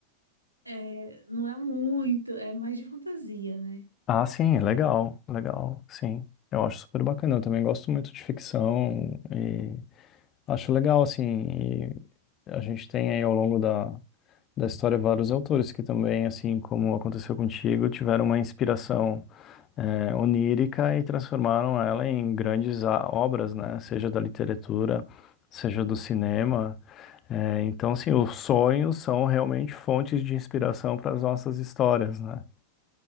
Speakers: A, on the right; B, on the left.
A: é, não é muito, é mais de fantasia, né?
B: Ah, sim, legal, legal, sim. Eu acho super bacana. Eu também gosto muito de ficção e acho legal, assim. E a gente tem aí ao longo da, da história vários autores que também, assim como aconteceu contigo, tiveram uma inspiração. eh, onírica e transformaram ela em grandes a- obras, né? Seja da literatura, seja do cinema. Eh, então, sim, os sonhos são realmente fontes de inspiração para as nossas histórias, né?